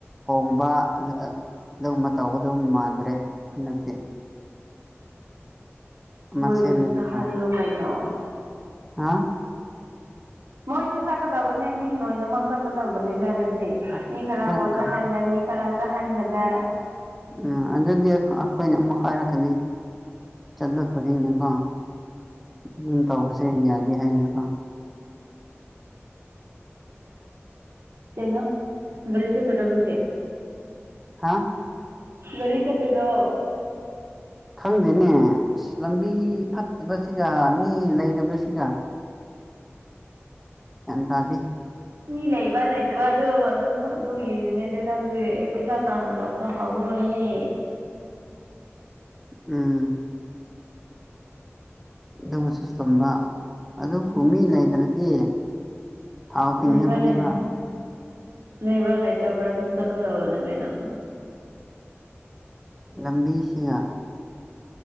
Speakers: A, in the centre; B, on the right.
A: ꯍꯣꯡꯕ ꯑꯥ ꯑꯥ ꯑꯗꯨꯒꯨꯝꯕ ꯇꯧꯒꯗꯕ ꯃꯥꯟꯗ꯭ꯔꯦ ꯍꯟꯗꯛꯇꯤ ꯑꯃ
B: ꯃꯣꯏꯕꯨꯁꯨ
A: ꯁꯦꯝꯃꯗꯤ
B: ꯇꯍꯜꯂꯣ
A: ꯂꯣꯏꯔꯦ
B: ꯀꯩꯅꯣ
A: ꯍꯥ
B: ꯃꯣꯏꯁꯨ ꯆꯠꯀꯗꯕꯅꯦ ꯃꯤ ꯂꯣꯏꯅꯃꯛ ꯆꯠꯀꯗꯕꯅꯦ <unintelligible>
A: ꯎꯝ
B: ꯃꯤ ꯈꯔꯕꯨ ꯆꯠꯍꯟꯕ ꯃꯤ ꯈꯔꯕꯨ ꯆꯠꯍꯟꯗꯕ
A: ꯎꯝ ꯑꯗꯨꯗꯤ ꯑꯩꯈꯣꯏꯅ ꯑꯃꯨꯛ ꯍꯥꯏꯔꯛꯀꯅꯤ ꯆꯠꯂ ꯈꯨꯗꯤꯡꯅꯀꯣ ꯑꯗꯨꯝ ꯇꯧꯕꯁꯦ ꯌꯥꯗꯦ ꯍꯥꯏꯅꯀꯣ
B: ꯇꯦꯅꯣ ꯒꯔꯤ ꯆꯠꯀꯗꯕꯁꯦ
A: ꯍꯥ
B: ꯒꯥꯔꯤ ꯆꯠꯇꯣꯢꯔꯣ
A: ꯈꯪꯗꯦꯅꯦ ꯑꯁ ꯂꯝꯕꯤ ꯐꯠꯇꯕꯁꯤꯒ ꯃꯤ ꯂꯩꯇꯕꯁꯤꯒ ꯒ꯭ꯌꯥꯟ ꯇꯥꯗꯦ
B: ꯃꯤ ꯂꯩꯕ ꯂꯩꯗꯕ ꯑꯗꯨ ꯑꯗꯨ ꯑꯗꯨ ꯌꯦꯡꯅꯤꯡꯉꯩꯗ ꯅꯪ ꯁꯦ ꯄꯩꯁꯥ ꯇꯥꯍꯜꯂꯣ ꯇꯍꯥꯎ ꯂꯔꯣꯏꯌꯦ
A: ꯎꯝ ꯑꯗꯨꯒꯁꯨ ꯆꯨꯝꯕ ꯑꯗꯨꯕꯨ ꯃꯤ ꯂꯩꯗ꯭ꯔꯗꯤ ꯊꯥꯎ ꯇꯤꯡꯅꯕꯅꯦꯕ
B: ꯂꯩꯕ꯭ꯔꯥ ꯂꯩ ꯂꯩꯕ꯭ꯔꯥ ꯂꯩꯇꯕ꯭ꯔꯥ ꯑꯗꯨꯝ ꯆꯠꯀꯗꯧꯕꯅꯦ ꯀꯩꯅꯣ
A: ꯂꯝꯕꯤꯁꯤꯌꯥ